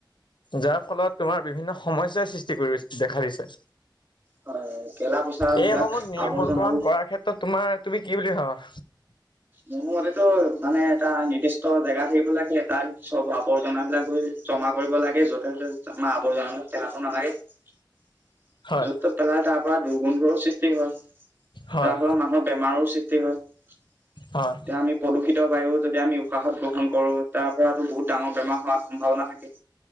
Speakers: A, on the left (about 70°); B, on the right (about 30°).
A: যাৰ ফলত তোমাৰ বিভিন্ন সমস্যয়াৰ সৃষ্টি কৰি দেখা দিছে
B: হয়। গেলা-পচাবিলাক
A: এইসমূহ নিৰ্মূলকৰণ
B: আৱৰ্জনাবোৰ
A: কৰাৰ ক্ষেত্ৰত তোমাৰ তুমি কি বুলি ভাবা।
B: মোৰ মতেটো মানে এটা নিৰ্দিষ্ট জেগা থাকিব লাগে এটা সভাৱৰ। জনাবলাক গৈ জমা কৰিব লাগে য'তে ততে মাহ আব জনাবিলাক পেলাব নালাগে। য'ত
A: হয়
B: ত'ত পেলাই তাৰ পৰাৰা দুৰ্গন্ধত হয়
A: হয়।
B: যাৰ ফলত মানুহৰ বেমাৰো সৃষ্টি হয়। এতিয়া
A: হয়
B: আমি প্ৰদূষিত বায়ু যদি আমি উশাহত গ্ৰহণ কৰো তাৰ ৰাতো বহুত ডাঙৰ বেমাৰ হোৱাৰ সম্ভাৱনা থাকে।